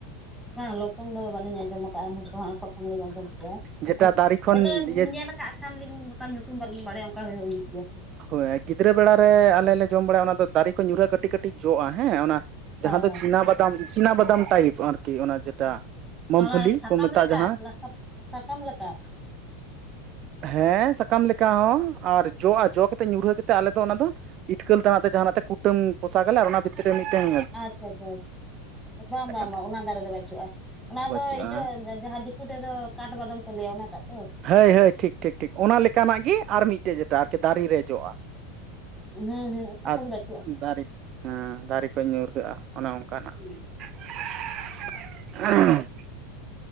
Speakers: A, in the centre; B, on the right (about 45°).
A: ᱵᱟᱝ ᱞᱚᱯᱚᱱ ᱫᱚ ᱵᱟᱞᱤᱧ ᱟᱡᱚᱢ ᱠᱟᱫᱟ ᱞᱩᱭᱞᱟᱹ ᱟᱸᱡᱚᱡ ᱠᱮᱟ
B: ᱡᱮᱴᱟ ᱫᱟᱨᱮ ᱠᱷᱚᱱ
A: ᱦᱚᱭᱛᱚ
B: ᱤᱭᱟᱹ
A: ᱧᱮᱞ ᱠᱟᱜ ᱵᱟ ᱠᱷᱟᱱᱞᱤᱧ ᱱᱚᱱᱠᱟ ᱧᱩᱛᱩᱢ ᱵᱟᱹᱞᱤᱧ ᱵᱟᱲᱟᱭᱟ ᱚᱱᱠᱟ ᱦᱩᱭᱩᱜ ᱜᱮᱭᱟ ᱥᱮ
B: ᱦᱳᱭ ᱜᱤᱫᱽᱨᱟᱹ ᱵᱮᱲᱟᱟᱨᱮ ᱟᱞᱮᱞ ᱞᱮ ᱡᱚᱢ ᱵᱟᱲᱟᱭᱟ ᱚᱱᱟ ᱫᱚ ᱫᱟᱨᱮ ᱠᱚ ᱧᱩᱨᱦᱟᱹᱜ-ᱟ ᱠᱟᱹᱴᱤᱡ ᱠᱟᱹᱴᱤᱡ ᱡᱚᱜ-ᱟ ᱦᱮᱸ ᱚᱱᱟ ᱡᱟᱦᱟᱸ
A: ᱦᱳᱭ
B: ᱫᱚ
A: ᱦᱳᱭ
B: ᱪᱤᱱᱟ ᱵᱟᱫᱟᱢ ᱪᱤᱱᱟ ᱵᱟᱫᱟᱢ ᱴᱟᱭᱤᱯ ᱟᱨᱠᱤ ᱚᱱᱟ ᱡᱮᱴᱟ ᱢᱩᱢᱯᱷᱚᱞᱤ
A: ᱚᱱᱟ ᱥᱟᱠᱟᱢ
B: ᱠᱚ ᱢᱮᱛᱟᱜᱼᱟ
A: ᱞᱮᱠᱟ
B: ᱡᱟᱦᱟᱸ
A: ᱥᱟᱠᱟᱢ ᱞᱮᱠᱟ
B: ᱦᱮᱸ ᱥᱟᱠᱟᱢ ᱞᱮᱠᱟ ᱦᱚᱸ ᱟᱨ ᱡᱚᱜ-ᱟ ᱡᱚ ᱠᱟᱛᱮ ᱧᱩᱨᱦᱟᱹ ᱠᱟᱛᱮ ᱟᱞᱮ ᱫᱚ ᱚᱱᱟ ᱫᱚ ᱤᱴᱠᱟᱹᱞ ᱛᱟᱱᱟᱜ ᱛᱮ ᱡᱟᱦᱟ ᱛᱮ ᱠᱩᱴᱟᱹᱢ ᱯᱚᱥᱟᱜ ᱟᱞᱞᱮ ᱚᱱᱟ ᱵᱷᱤᱛᱨᱤ ᱨᱮ ᱢᱤᱫᱴᱮᱱ
A: ᱟᱪᱪᱷᱟ ᱟᱪᱪᱷᱟ ᱵᱟᱝ ᱵᱟᱝ
B: ᱛᱟᱦᱮᱸᱫ
A: ᱚᱱᱟ ᱫᱟᱨᱮ ᱫᱚ ᱵᱟᱹᱪᱩᱜ-ᱟ ᱚᱱᱟ
B: ᱵᱟᱹᱪᱩᱜᱼᱟ
A: ᱫᱚ ᱤᱭᱟᱹ ᱡᱟᱦᱟᱸ ᱫᱤᱠᱩ ᱛᱮᱫᱚ ᱠᱟᱴ ᱵᱟᱫᱚᱢ ᱠᱚ ᱞᱟᱹᱭᱟ ᱚᱱᱟᱴᱟᱜ ᱛᱚ
B: ᱦᱳᱭ
A: ᱦᱮᱸ
B: ᱦᱳᱭ ᱴᱷᱤᱠ ᱴᱷᱤᱠ ᱴᱷᱤᱠ ᱚᱱᱟ ᱞᱮᱠᱟᱱᱟᱜ ᱜᱮ ᱟᱨ ᱢᱤᱫᱴᱮᱡ ᱡᱮᱴᱟ ᱟᱨᱠᱤ ᱫᱟᱨᱮ ᱨᱮ ᱡᱚᱜ-ᱟ
A: <unintelligible>
B: ᱟᱨ
A: ᱠᱚᱫᱚ ᱵᱟᱹᱪᱩᱜᱼᱟ
B: ᱫᱟᱨᱮ ᱦᱮᱸ ᱫᱟᱨᱮ ᱠᱷᱚ ᱧᱩᱨᱦᱟᱹᱜ-ᱟ ᱚᱱᱮ ᱚᱱᱠᱟᱱᱟᱜ
A: ᱦᱮᱸ,
B: <inaudible>